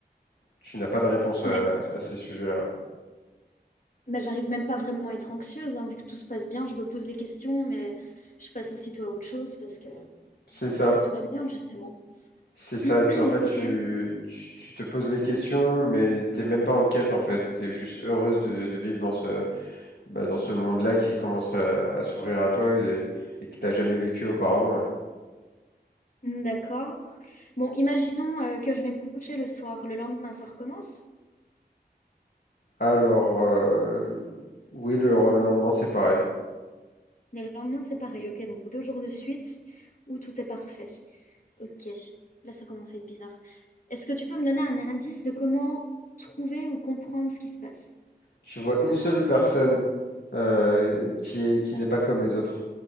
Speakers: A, on the left; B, on the left.
A: tu n'as pas de réponse
B: Mais
A: à, à ces sujets-là.
B: Mais j'arrive même pas vraiment à être anxieuse, hein, vu que tout se passe bien, je me pose les questions, mais je passe aussitôt à autre chose parce que,
A: C'est ça.
B: parce que tout va bien, justement.
A: C'est ça,
B: <clears throat>
A: tu, en fait,
B: Ok,
A: tu, tu, tu te poses les questions, mais t'es même pas en quête, en fait. T'es juste heureuse de, de vivre dans ce, bah, dans ce monde-là qui commence à, à s'ouvrir à toi et, et que t'as jamais vécu auparavant. ouais.
B: d'accord. Bon, imaginons euh, que je vais me coucher le soir, le lendemain ça recommence,
A: Alors, euh, oui, le, le lendemain, c'est pareil.
B: mais le lendemain c'est pareil, ok, donc deux jours de suite où tout est parfait. Ok, là ça commence à être bizarre. Est-ce que tu peux me donner un indice de comment trouver ou comprendre ce qui se passe?
A: Tu vois une seule personne euh, qui est, qui n'est pas comme les autres.